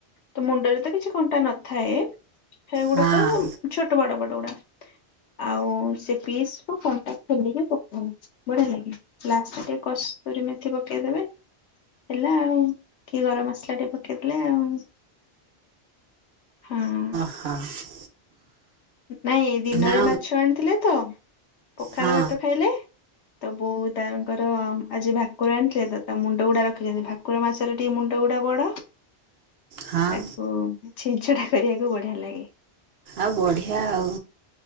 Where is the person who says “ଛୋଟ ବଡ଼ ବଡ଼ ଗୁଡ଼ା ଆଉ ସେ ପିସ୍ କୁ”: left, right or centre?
Left